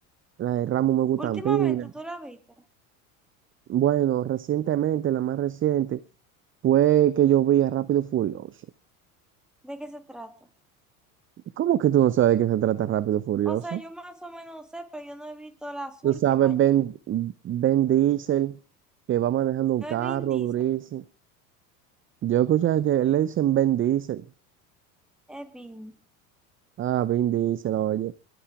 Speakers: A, on the right; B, in the centre.
A: la de Rambo me gustan
B: Últimamente
A: pila.
B: tú la viste.
A: Bueno, recientemente, la más reciente, fue que yo vi a Rápido y Furioso.
B: ¿De qué se trata?
A: ¿Cómo que tú no sabes de qué se trata Rápido y Furioso?
B: O sea, yo más o menos sé, pero yo no he visto las
A: Tú
B: últimas.
A: sabes Ben, Ben Diesel, que va manejando un
B: No
A: carro
B: es Vin Diesel,
A: durísimo. Yo escuché que le dicen Ben Diesel.
B: es Vin.
A: Ah, Ben Diesel, oye.